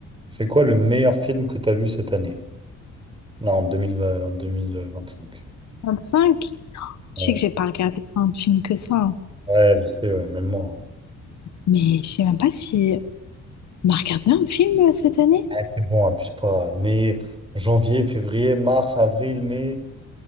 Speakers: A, on the right; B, on the left.
A: C'est quoi le meilleur film que tu as vu cette année? Là, en 2020 en 2025.
B: 25? Tu
A: Ouais,
B: sais que j'ai pas regardé tant de films que ça. hein.
A: ouais, je sais, ouais, même moi. hein.
B: Mais je sais même pas si on a regardé un film euh, cette année.
A: Ouais, c'est bon, abuse pas. Mais janvier, février, mars, avril, mai.